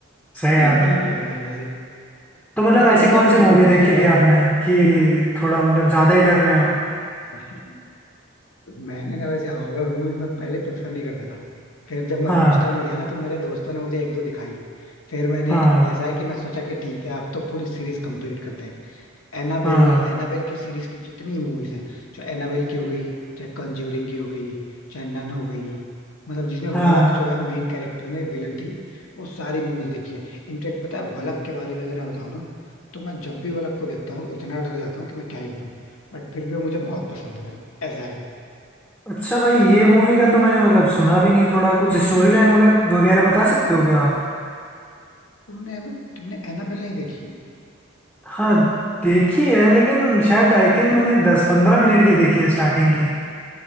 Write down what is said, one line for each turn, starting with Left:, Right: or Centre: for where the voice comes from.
Centre: सही
Left: लेकिन
Centre: बात है
Left: ठीक है यार वैसे
Centre: तो मतलब
Left: वैसे
Centre: ऐसी
Left: मतलब
Centre: कौन सी मूवी देखी
Left: हॉरर
Centre: थी आपने कि थोड़ा मतलब ज्यादा ही डर गए हो
Left: भाई, मैंने ना वैसे हॉरर मूवीज में पहले प्रेफर नहीं करता था फिर जब मैं
Centre: हाँ
Left: हॉस्टल में गया ना तो मेरे दोस्तों ने मुझे एक दो दिखाई फिर मैंने
Centre: हाँ
Left: ऐसा है कि मैं सोचा कि ठीक है अब तो पूरी सीरीज कंप्लीट करते हैं एनाबेल
Centre: हाँ
Left: एनाबेल की सीरीज की जितनी मूवीज हैं चाहे एनाबेल की हो गई चाहे कंज्यूरिंग की हो गई चाहे नन हो गई मतलब जिसमें
Centre: हाँ
Left: वलक जो है मेन कैरेक्टर में विलन थी वो सारी मूवीज देखी है इनफेक्ट पता है वलक के बारे में अगर मैं बताऊं ना तो मैं जब भी वलक को देखता हूँ तो इतना डर जाता हूँ कि मैं क्या ही बताऊं बट फिर भी वो मुझे बहुत पसंद है भाई ऐसा है
Centre: अच्छा भाई ये मूवी का तो मैंने मतलब सुना भी नहीं थोड़ा कुछ स्टोरी लाइन वगैरह वगैरह बता सकते हो क्या आप
Left: तुमने तुमने एनाबेल नहीं देखी
Centre: हाँ देखी है लेकिन शायद आई थिंक मैंने दस पंद्रह मिनट की देखी है स्टार्टिंग की